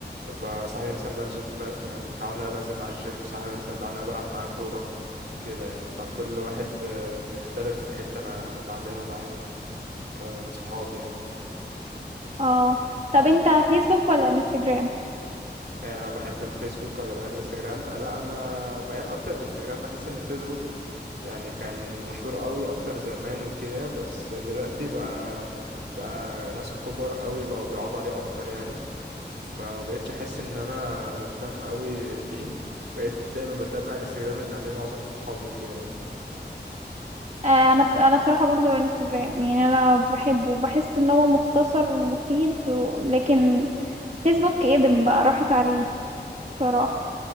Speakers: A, on the right (about 70°); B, on the right (about 40°).
A: بقى صاحبي مثلا بنزل ب- يعني متعود ان انا بنزل مع الجيم صاحبي مثلا متعود ان انا بلعب معاه كورة كده يعني فكل واحد آه، بيختلف في حتة انا بعملها معاه كصحاب يعني
B: اه طب انت فيسبوك ولا انستجرام
A: انا بحب الفيسبوك ولا بحب انستجرام آه، لا انا ميال اكتر انستجرام بحس ان الفيسبوك يعني كان مشهور قوي اكتر زمان وكده بس دلوقتي بقى بقى ناس الكبار قوي بقوا بيقعدوا عليه اكتر يعني فما بقتش احس ان انا مهتم قوي بيه بقيت دايما بتابع انستجرام لان عليه معظم صحابي وكده يعني
B: آه، انا بس انا بصراحه برضو انستجرام يعني انا بحبه بحس ان هو مختصر ومفيد و... لكن فيسبوك ادم بقى راحت عليه بصراحه